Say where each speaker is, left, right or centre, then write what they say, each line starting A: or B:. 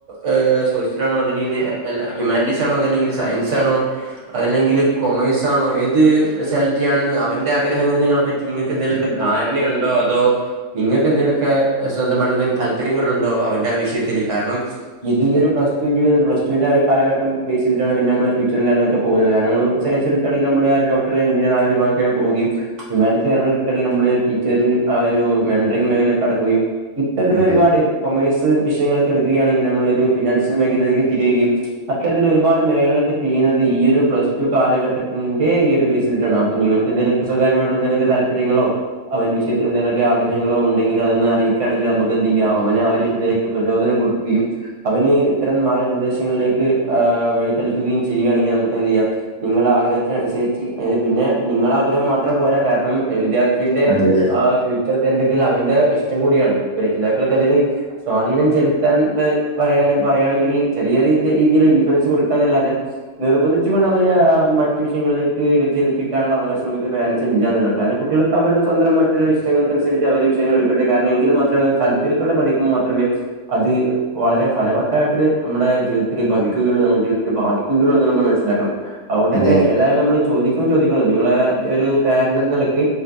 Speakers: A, on the right (about 75°); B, on the left (about 65°).
A: ഹ് സോശിലാണോ അതല്ലെങ്കില് ഹ്യുമാനിറ്റിസ് ആണോ അതല്ലെങ്കില് സയൻസ് ആണോ അതല്ലെങ്കില് കൊമേഴ്സ് ആണോ ഏത് സെലക്ട് ചെയ്യാനാണ് അവന്റെ ആഗ്രഹംന്ന് ങ്ങളെ പറ്റി നിങ്ങൾക്ക് എന്തെങ്കലൊക്കെ ധാരണയുണ്ടോ അതോ നിങ്ങ ൾക്ക് സ്വന്തമായിട്ട് എന്തെങ്കും താല്പര്യങ്ങളുണ്ടോ അവന്റെ ആ വിഷയത്തിൽ കാരണം ഇത് ഈ ഒരു പ്ലസ് ടു ജീവിത പ്ലസ് ടു വിന്റെ ആ ഒരു കാലഘട്ടം ബേസ് ചെയ്തിട്ടാണ് പിന്നെ നമ്മള് ഫ്യൂച്ചറും കാര്യങ്ങളൊക്കെ പോകുന്നത് കാരണം നമ്മൾ സയൻസ് എടുക്കയാണെങ്കിൽ നമ്മൾ ആ ഒരു ഡോക്ടർ എൻജിനീയർ ആ ഒരു വിഭാഗത്തേക്ക് പോവുകയും ഹ്യുമാന്റിസ് കാര്യങ്ങൾ എടുക്കുകയാണെങ്കില് നമ്മള് ടീറ്ററിൽ ആ ഒരു മെൻടറി മേഖലേക്ക് കടക്കുകയും ഇത്തരത്തിൽ
B: അതെ
A: ഒരുപാട് കൊമേഴ്സ് വിഷയങ്ങളിൽ എടുക്കുകയാണെങ്കിൽ നമ്മള് ഒരു ഫിനാൻഷ്യൽ മേഖലയിലേക്ക് തിരിയികയും അത്തരത്തിലൽ ഒരുപാട് മേഖലകളൊക്കെ ചെയ്യുന്നത് ഈ ഒരു പ്ലസ് ടു കാലഘട്ടത്തിന്റെ ഈ ഒരു ബേസ് ചെയ്ട്ടാണ് അപ്പൊ നിങ്ങൾ എന്തങ്കിലൊക്കെ സ്വകാര്യമായിട്ടുള്ള എന്തെങ്കിലൊക്കെ താല്പര്യങ്ങളോ അവൻ വിഷയത്തിൽ എന്തെങ്കിലൊക്കെ ആഗ്ര ഹങ്ങളോ ഉണ്ടെങ്കിൽ അതന്ന് അറീക്കാണെങ്കിൽ നമുക്ക് എന്ത് ചെയ്യാ അവന് ആ വിഷയത്തിലേക്ക് പ്രചോദനം കൊടുക്കുകയും അവന് ഇത്തരം മാർഗ്ഗനിർദ്ദേശങ്ങളിലേക്ക് ഹ് വഴിതെളിക്കുകയും ചെയ്യുകയാണെങ്കിൽ നമുക്ക് എന്ത് ചെയ്യാം നിങ്ങളെ ആഗ്രഹത്തിന് സരിച്ച് പിന്നെ നിങ്ങളെ ആഗ്രഹം മാത്രം പോരാ കാരണം വിദ്യാർത്ഥിയിന്റെ
B: അതെ അതെ അതെ അതെ
A: ഹാ ഫ്യൂ അടുക്കല് അവന്റെ ഇഷ്ടം കൂടിയാണ് അപ്പോ രക്ഷിതാക്കൾക്ക് അതില് സ്വാധീനം ചെലുത്താൻ പറയാനും പാ പറയാണെങ്കിൽ ചെറിയരു രീതിൽ ഇൻഫ്ലുവൻസ് കൊടുക്കാന്നല്ലാതെ നിർബന്ധിച്ചുകൊണ്ട് അവനെ മറ്റു വിഷയങ്ങൾ ക്ക് പ്രചരിപ്പിക്കാനുള്ള അവകാശം നമുക്ക് പേരൻസിന് ഇല്ല കാരണം കുട്ടികൾക്ക് അവരുടെ സ്വന്ത്രമായിട്ടുള്ളരു ഇ ഷ്ട്ടങ്ങൾനുസരിച്ച് അവര് വിഷയങ്ങൾ എടുക്കട്ടെ കാരണം എങ്കിൽ മാത്രേ താല്പര്യത്തോടെ പഠിക്കുബോൾ മാത്രമേ അത് വളരെ ഫലവത്തായിട്ട് നമ്മുടെ ജീവിത്തില് ഭവിക്കുകയുള്ളൂ നമ്മുടെ ജീവിതത്തില് ബാധിക്കുകയുള്ളൂ എന്ന് നമ്മൾ മനസിലാക്കണം. അതുകൊണ്ട്
B: അതെ
A: തന്നെ
B: അതെ
A: ഏതായാലും നമ്മള് ചോദിക്കും ചോദി ക്കും നിങ്ങളെ ഒരു പാരന്റന്ന് നിലക്ക്